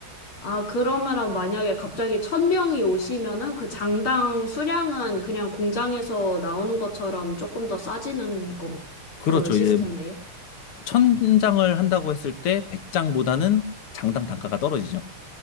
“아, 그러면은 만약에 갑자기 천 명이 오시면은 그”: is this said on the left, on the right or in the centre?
Left